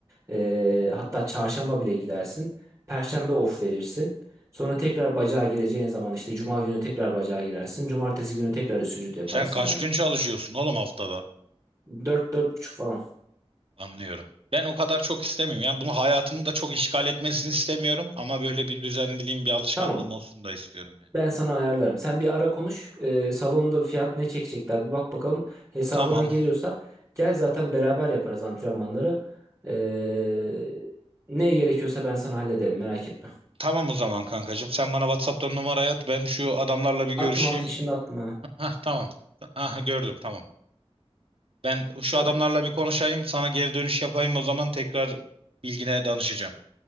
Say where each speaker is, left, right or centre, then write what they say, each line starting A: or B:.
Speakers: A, on the right; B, on the right.
A: Ee, hatta çarşamba bile gidersin. Perşembe off verirsin. Sonra tekrar bacağa gireceğin zaman işte cuma günü tekrar bacağa girersin. Cumartesi günü tekrar üst vücut yaparsın
B: Sen kaç
A: belki.
B: gün çalışıyorsun oğlum haftada?
A: Dört dört buçuk falan.
B: Anlıyorum. Ben o kadar çok istemiyorum. Yani bunu hayatımı da çok işgal etmesini istemiyorum. Ama böyle bir düzenliliğim, bir alışkanlığım
A: Tamam
B: olsun da istiyorum yani.
A: Ben sana ayarlarım. Sen bir ara konuş. Ee, salonda fiyat ne çekecekler bir bak bakalım. Hesabına
B: Tamam.
A: geliyorsa gel zaten beraber yaparız antrenmanları. Ee, ne gerekiyorsa ben sana hallederim merak etme.
B: Tamam o zaman kankacığım. Sen bana WhatsApp'tan numarayı at. Ben şu adamlarla bir görüşeyim.
A: Attım attım şimdi attım ha.
B: Ha tamam. Aha gördüm tamam. Ben şu
A: Tamam.
B: adamlarla bir konuşayım, sana geri dönüş yapayım o zaman tekrar bilgine danışacağım.